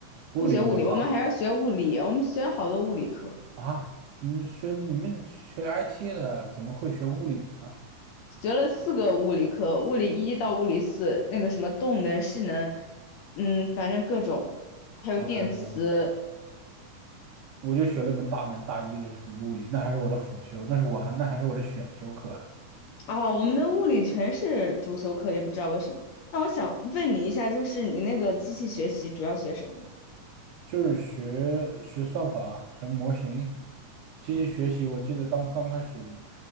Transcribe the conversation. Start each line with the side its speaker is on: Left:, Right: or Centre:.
Right: 物理我上
Left: 不学物理，我们还要学物理，我们学好多物理课。
Right: 啊，你学你们学 IT 的怎么会学物理呢
Left: 学了四个物理课，物理一到物理四，那个什么动能、势能，嗯，反正各种，还有电磁
Right: ？OK，我我就学了一门大门大一的是物理，那还是我的辅修，那是我还那还是我的选修课。
Left: 啊，我们的物理全是主修课，也不知道为什么。那我想问你一下，就是你那个机器学习主要学什么呢
Right: 就是学学算法、学模型、机器学习。我记得当刚开始，